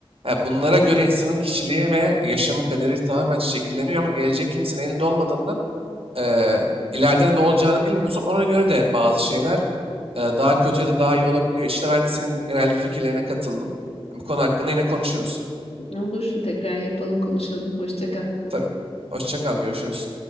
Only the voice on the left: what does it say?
Olur. Tekrar yapalım, konuşalım. Hoşça kal.